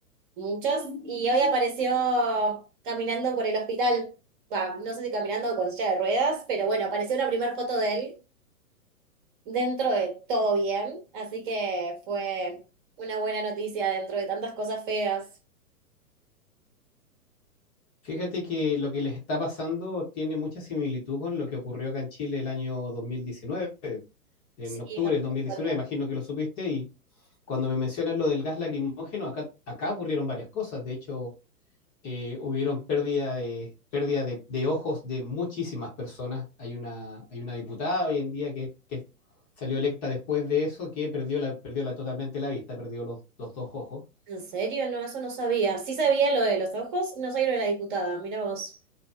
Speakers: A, on the right; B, on the left.
A: Muchos. Y hoy apareció caminando por el hospital. Bah, no sé si caminando o con silla de ruedas, pero bueno, apareció una primera foto de él dentro de todo bien. Así que fue una buena noticia dentro de tantas cosas feas.
B: fíjate que lo que les está pasando tiene mucha similitud con lo que ocurrió acá en Chile el año 2019. en
A: Sí,
B: octubre
A: me
B: del
A: preocuparon.
B: 2019, imagino que lo supiste, y cuando me mencionas lo del gas lacrimógeno, acá, acá ocurrieron varias cosas. De hecho, eh, hubieron pérdida de, pérdida de, de ojos de muchísimas personas. Hay una, hay una diputada hoy en día que, que salió electa después de eso, que perdió, la, perdió la, totalmente la vista, perdió los, los dos ojos.
A: ¿En serio? No, eso no sabía. Sí sabía lo de los ojos, no sabía lo de la diputada. Mira vos.